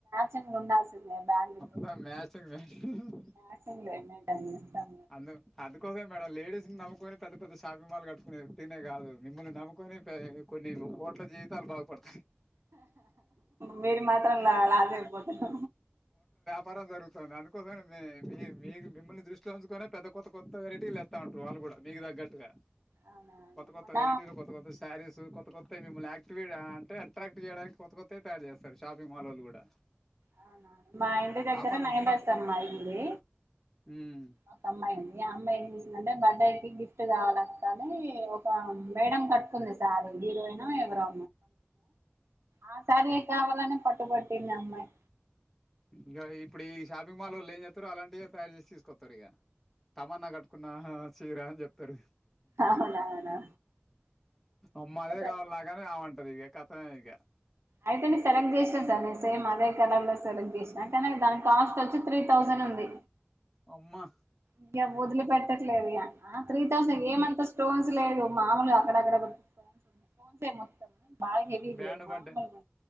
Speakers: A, on the right; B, in the centre.
A: చన్ ఉండాల్సిందే బ్యాంగిల్స్
B: మొత్తం మ్యాచింగ్ మ్యాచింగ్
A: <unintelligible>
B: అందు అందుకోసమే మేడమ్ లేడీస్ ని నమ్ముకొని పెద్ద పెద్ద షాపింగ్ మాల్ కట్టుకునేది, ఉత్తిగనే కాదు మిమ్ల్ని నమ్ముకొని కొన్ని రూ కోట్ల జీవితాలు బాగు పడు
A: మీరు మాత్రం లా లాస్ అయిపోతారు.
B: పరం జరుగుతాంది అందుకోసమే నీ మీ మీక్ మిమ్మల్ని దృష్టి చుసుకొనే పెద్ద కొత్త కొత్త వెరైటీలు తెత్త ఉంటరు వాళ్ళ కూడా మీకు దగ్గట్టుగా.
A: అవునవును
B: కొత్త కొత్త
A: మొన్న
B: వెరైటీలు, కొత్త కొత్త సారీస్, కొత్ కొత్త కొత్జై మిమ్మల్ని ఆక్టివేటా అంటే అట్రాక్ట్ చేయడానికి కొత్త కొత్త తయారు చేస్తారు షాపింగ్ మాలోల్లు కూడా.
A: అవునా మా ఇంటి దగ్గర
B: ఆఫర్లు
A: నైనసమ్మా అయింది.
B: హ్మ్
A: ఒక అమ్మాయి ఉంది, ఆ అమ్మాయి ఏం చేసిందంటే బర్త్డే కి గిఫ్ట్ కావాలా కానీ ఒక మేడం కట్టుకుంది సార్ హీరోయినో, ఎవరో ఆ సారీ ఏ కావాలని పట్టుబట్టింది అమ్మాయి.
B: ఇంక ఇప్పుడు ఈ షాపింగ్ మాల్ వాళ్ళు ఏం చేత్తరు అలాంటియే తయారు చేసి తీసుకొత్తారు ఇగ. తమన్నా కట్టుకున్న ఆ చీర అని చెప్తరు.
A: అవునవును
B: అమ్మా అదే
A: అయితే
B: కావాలి నాకని ఆమంటది ఇగ కథమే ఇగ.
A: అయితే నేను సెలెక్ట్ చేసిన సార్ నేను సేమ్ అదే కలర్ సెలెక్ట్ చేసినా, కానీ దానికి కాస్ట్ వచ్చి త్రీ థౌసండ్ ఉంది.
B: అమ్మా
A: ఇగ వదిలి పెట్టట్లేదు ఇగ త్రీ థౌసండ్, ఏమంత స్టోన్స్ లేదు. మామలుగ అక్కడ అక్కడ స్టోన్సే మొత్తం. బాగా హెవీ
B: బ్యాండు
A: లేదు మామూలుగా
B: బడ్డ,